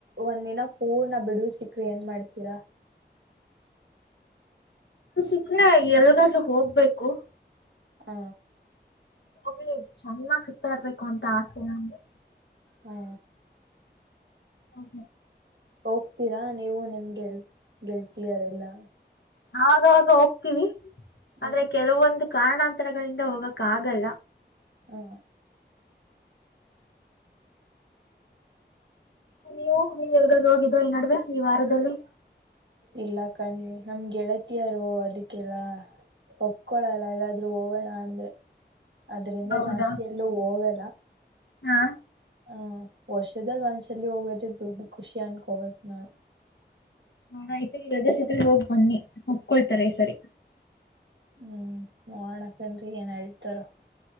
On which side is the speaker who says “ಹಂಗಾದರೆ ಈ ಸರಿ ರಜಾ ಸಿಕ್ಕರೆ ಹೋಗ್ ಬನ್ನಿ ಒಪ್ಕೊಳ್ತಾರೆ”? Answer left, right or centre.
Left